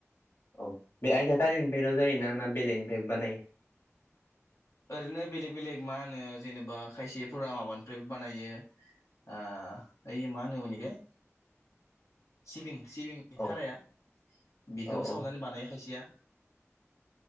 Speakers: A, on the left (about 45°); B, on the left (about 75°).
A: औ बे आइथा थालिरनिफायल' जायो ना बेलेगनिफायबो बानायो?
B: ओरैनो बेलेग बेलेग मा होनो जेनेबा खायसेफोरा माबानिफ्राय बानायो ओ ओइ मा होनो मोनइखो सिबिं सिबिंनि
A: औ
B: थाराया बेखौबो
A: औ औ
B: सावनानै बानाय खायसेया